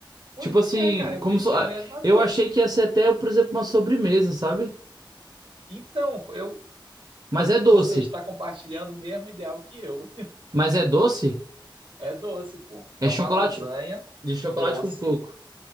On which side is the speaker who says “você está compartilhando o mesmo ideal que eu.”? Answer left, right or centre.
Right